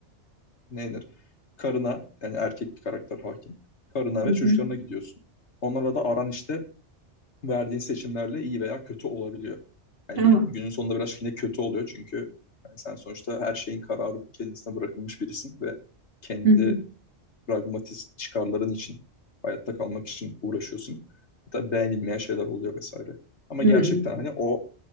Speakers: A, on the left; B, on the right.
A: ne Karına yani erkek bir karakter hakim. Karına
B: Hı
A: ve
B: hı.
A: çocuklarına gidiyorsun. Onlarla da aran işte verdiğin seçimlerle iyi veya kötü olabiliyor. Yani
B: Aa,
A: günün, günün sonunda biraz yine kötü oluyor çünkü yani sen sonuçta her şeyin kararı kendisine bırakılmış birisin ve kendi
B: hı hı.
A: pragmatist çıkarların için hayatta kalmak için uğraşıyorsun. Hatta beğenilmeyen şeyler oluyor vesaire. Ama
B: Hı
A: gerçekten
B: hı,
A: hani o